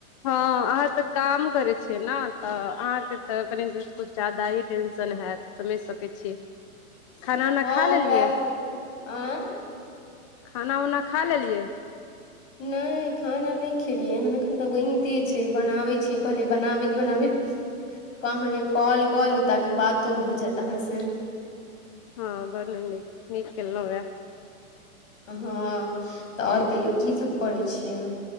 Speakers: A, on the left; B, on the left.
A: हा अहाँ तऽ काम करै छियै ने तऽ अहाँके तऽ कनि किछु ज्यादा टेंशन हैत समझ सकै छियै खाना उना
B: हँ
A: खा लेलियै
B: वएह होइ आँ
A: खाना उना खा लेलियै
B: नहि खाना नहि खेलियै हैन एखन तऽ बनिते छै बनाबैत छियै कहलियै बनाबैत बनाबैत त अहाँके कॉल कऽ लू ताकि बातो भऽ जायत अहाँसँ
A: हँ बर न नीक नीक केेलो नै
B: हँ तऽ आओर कहियो की सब करै छियै